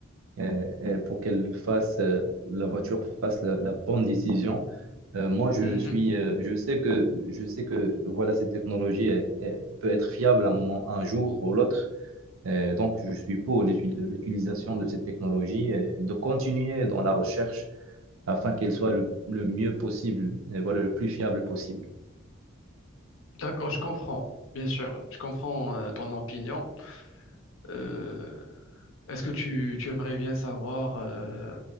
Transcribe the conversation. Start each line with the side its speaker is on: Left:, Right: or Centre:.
Right: et- et pour qu'elle fasse euh, la voiture fasse la, la bonne décision. Euh, moi, je
Left: Mhm.
Right: suis, euh, je sais que, je sais que voilà, cette technologie est- est- peut être fiable à un moment, un jour ou l'autre. Euh, donc, je suis pour l'util- l'utilisation de cette technologie et de continuer dans la recherche afin qu'elle soit le, le mieux possible et voilà, le plus fiable possible.
Left: D'accord, je comprends, bien sûr. Je comprends euh, ton opinion. Euh, est-ce que tu, tu aimerais bien savoir euh,